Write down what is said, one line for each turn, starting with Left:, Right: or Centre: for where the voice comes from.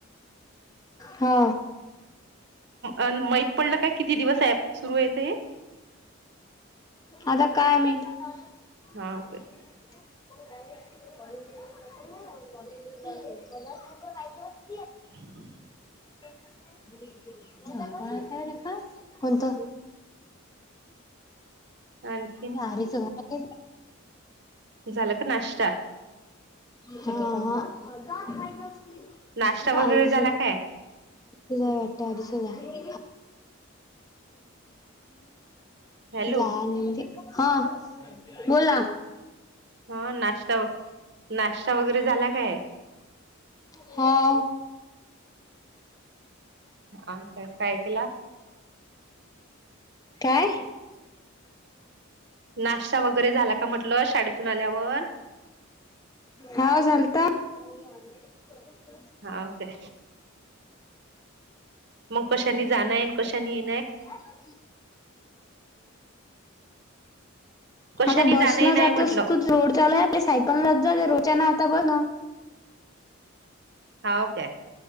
Left: हो
Right: अन माहित पडलं काय किती दिवस आहे? सुरू येत हे
Left: आता काय मी <unintelligible>
Right: हा ओके <inaudible>
Left: <unintelligible> कोणतं
Right: आणखीन
Left: सारी <unintelligible>
Right: झालं का नाश्ता?
Left: हा ह <unintelligible>
Right: नाश्ता
Left: व्हय
Right: वगैरे झाला काय
Left: वाटतं अडीच हजार <unintelligible>
Right: हॅलो
Left: लहान आहे ना ती. हं बोला
Right: हा नाश्ता नाश्ता वगैरे झाला काय?
Left: हा.
Right: हा काय काय केला
Left: <inaudible> काय
Right: नाश्ता वगैरे झाला का म्हटल शाडेतून आल्यावर?
Left: हाव झालता. <inaudible>
Right: हाव काय? मग कशानी जाणं आहे कशानी ये
Left: <inaudible>
Right: कशानी
Left: आता बस
Right: जाणं येणं
Left: नं
Right: आहे
Left: जातोस
Right: म्हटलं
Left: तू रोड चालू आपले सायकल नं जात रोडच्यानातं तवं ना
Right: हा ओ काय